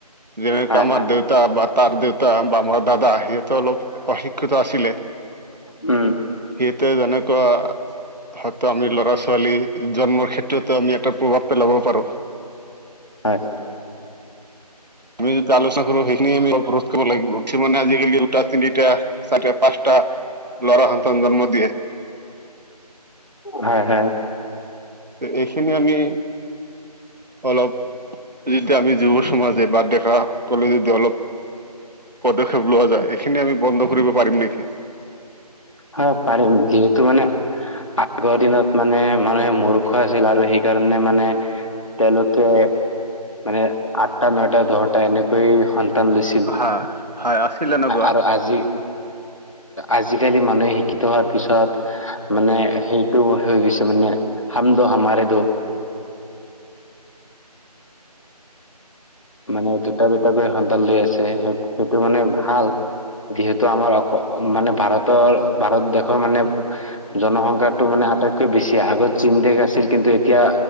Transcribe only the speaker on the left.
হয়
হয়
উম।
হয়।
হয়-হয়।
হ'য়, পাৰিম। যিহেতু মানে আগৰ দিনত মানে মানুহে মূৰ্খ আছিল আৰু সেইকাৰণে মানে তেওঁলোকে মানে আঠটা নটা দহটা এনেকৈয় স লৈছিল
আৰু আজি আজিকালি মানুহে শিক্ষিত হোৱাৰ পিছত। মানে সেইটো হৈ গৈছে মানে হাম দ হামাৰে দ। মানে দুটা-দুটা কৰি সন্তান লৈ আছে, স-সেইটো মানে ভাল। যিহেতু আমাৰ অ মানে ভাৰতৰ, ভাৰত দেশৰ মানে জনসংখ্যাটো মানে আটাইতকৈ বেছি। আগত <unintelligible> দেশ আছিল কিন্তু এতিয়া